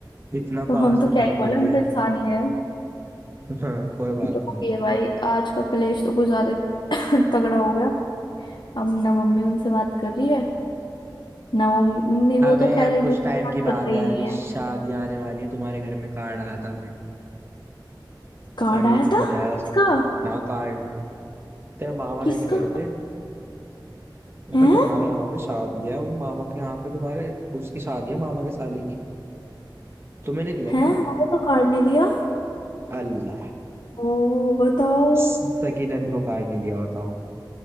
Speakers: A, on the right (about 30°); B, on the left (about 65°).
A: इतना
B: तो
A: पास
B: हम
A: में
B: तो
A: बैठी
B: क्या ही बोले
A: हुई
B: हम
A: है
B: तो इंसान ही है
A: हाँ कोई बात
B: जो
A: नहीं
B: हो गई है भाई आज का कलेश तो कुछ ज्यादा ही <laughs> तगड़ा हो गया अब ना मम्मी उनसे बात कर रही है ना वो मम्मी वो
A: अबे
B: तो खैर
A: अब
B: एक
A: कुछ
B: दूसरे से
A: टाइम
B: बात
A: की बात
B: करते
A: है
B: ही नहीं
A: अभी
B: है
A: शादी आने वाली है तुम्हारे घर में कार्ड आया था हमें
B: कार्ड
A: अभी
B: आया
A: ठीक
B: था
A: हो जाएगा
B: किसका
A: सब ना कार्ड तेरे मामा
B: किसका
A: लेके गए थे अगर
B: है
A: तुम्हारे यहाँ पे शादी है वो मामा के यहाँ पे तुम्हारे उसकी शादी है मामा के साले की तुम्हें नहीं दिया
B: है
A: क्या
B: हमें तो कार्ड नहीं दिया
A: अल्लाह
B: ओ बताओ
A: स- सगी नंद को कार्ड नहीं दिया बताओ